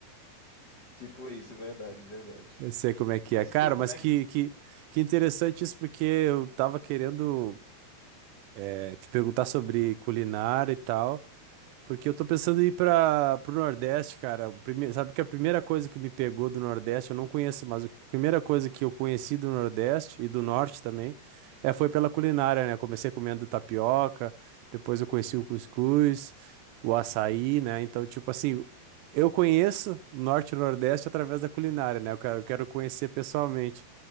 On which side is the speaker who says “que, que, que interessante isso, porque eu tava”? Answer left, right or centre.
Right